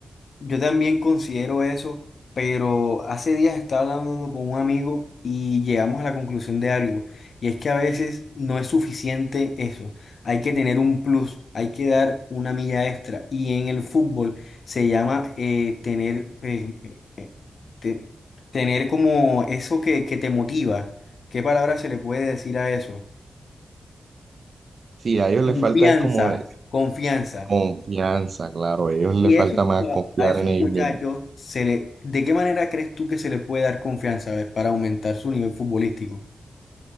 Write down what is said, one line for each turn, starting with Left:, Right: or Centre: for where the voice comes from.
Left: Yo también considero eso, pero hace días estaba hablando con un amigo y llegamos a la conclusión de algo, y es que a veces no es suficiente eso, hay que tener un plus, hay que dar una milla extra, y en el fútbol se llama eh, tener, eh, eh, eh, te- tener como eso que, que te motiva. ¿Qué palabra se le puede decir a eso?
Right: Sí, a ellos
Left: Confianza,
Right: les falta es como es
Left: confianza.
Right: confianza, claro, a ellos les
Left: Y
Right: falta
Left: eso,
Right: más confiar
Left: a esos
Right: en ellos
Left: muchachos,
Right: mismos.
Left: se le, ¿de qué manera crees tú que se le puede dar confianza, a ver, para aumentar su nivel futbolístico?